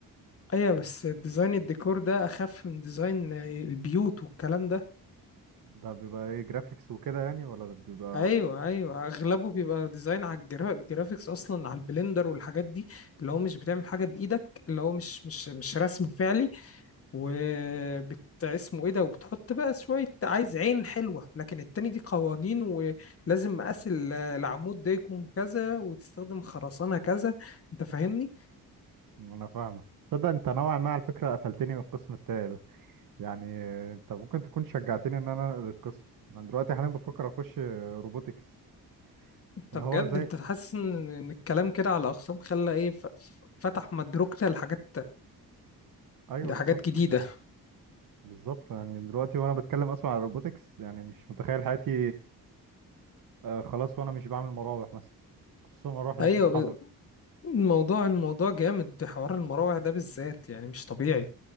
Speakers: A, on the left; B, on the right.
A: ايوه بس ديزاين الديكور ده اخف من ديزاين البيوت والكلام ده
B: ده بيبقى ايه جرافيكس وكده يعني ولا ده بيبقى
A: ايوه ايوه اغلبه بيبقى ديزاين على الجرا- الجرافيكس اصلا على البلندر والحاجات دي اللي هو مش بتعمل حاجه بايدك اللي هو مش مش مش رسم فعلي وبت اسمه ايه ده وبتحط بقى شويه عايز عين حلوه لكن التاني دي قوانين ولازم مقاس ال- العمود ده يكون كذا وتستخدم خرسانه كذا انت فاهمني
B: انا فاهمه تصدق انت نوعا ما على فكره قفلتني من القسم بتاعي ده يعني انت ممكن تكون شجعتني ان انا انقل القسم انا دلوقتي حاليا بفكر اخش روبوتكس
A: انت
B: ان
A: بجد
B: هو زي
A: انت حاسس ان إن الكلام كده على اقسام خلى ايه ف- فتح مدركنا لحاجات
B: ايوه
A: لحاجات
B: بالظبط
A: جديده
B: بالظبط يعني دلوقتي وانا بتكلم اصلا على روبوتكس يعني مش متخيل حياتي آه، خلاص وانا مش بعمل مراوح مثلا خصوصا المراوح اللي
A: ايوه
B: بتتحرك
A: الموضوع الموضوع جامد حوار المراوح ده بالذات يعني مش طبيعي